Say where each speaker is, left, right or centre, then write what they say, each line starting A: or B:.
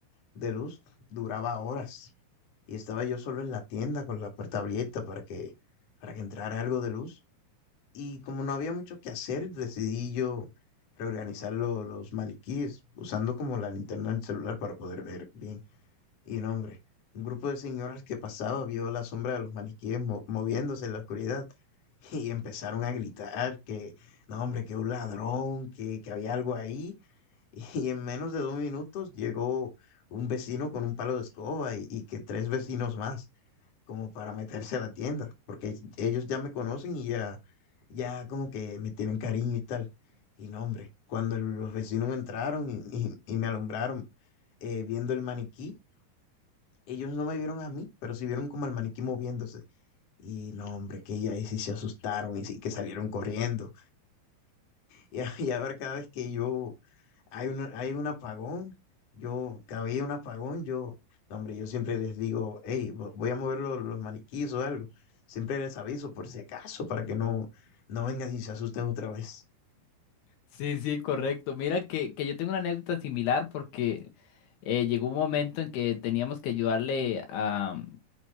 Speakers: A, on the left (about 45°); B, on the left (about 75°).
A: de luz, duraba horas. Y estaba yo solo en la tienda con la puerta abierta para que, para que entrara algo de luz. Y como no había mucho que hacer, decidí yo reorganizar lo- los maniquíes usando como la linterna del celular para poder ver bien. Y no, hombre, un grupo de señoras que pasaba vio la sombra de los maniquíes mo- moviéndose en la oscuridad <laughs> y empezaron a gritar que, no, hombre, que un ladrón, que, que había algo ahí. <laughs> Y en menos de dos minutos llegó un vecino con un palo de escoba y, y que tres vecinos más como para meterse a la tienda, porque ellos ya me conocen y ya, ya como que me tienen cariño y tal. Y no, hombre, cuando el- los vecinos entraron y, y- y me alumbraron eh, viendo el maniquí, ellos no me vieron a mí, pero sí vieron como el maniquí moviéndose. Y no, hombre, que ya ahí sí se asustaron y sí que salieron corriendo. Y, a- <laughs> y ahora cada vez que yo hay un, hay un apagón, yo, cada vez hay un apagón, yo, no, hombre, yo siempre les digo, hey, voy a mover los, los maniquíes o algo. Siempre les aviso por si acaso, para que no, no vengan y se asusten otra vez.
B: Sí, sí, correcto. Mira que, que yo tengo una anécdota similar porque eh, llegó un momento en que teníamos que ayudarle a, mm,